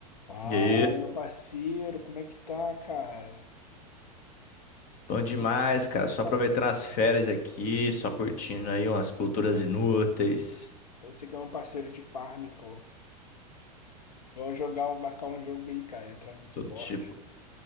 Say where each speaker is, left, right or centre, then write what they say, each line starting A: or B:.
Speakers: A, on the left; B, on the left.
A: Fala,
B: E aí,
A: meu parceiro, como é que tá, cara?
B: bom demais,
A: Tranquilo,
B: cara. Só
A: cara.
B: aproveitando as férias aqui, só curtindo aí umas culturas inúteis,
A: Você que é um parceiro de farm, pô. Vamos jogar, marcar um jogo aí, cara, entrar no Discord.
B: todo tipo.
A: O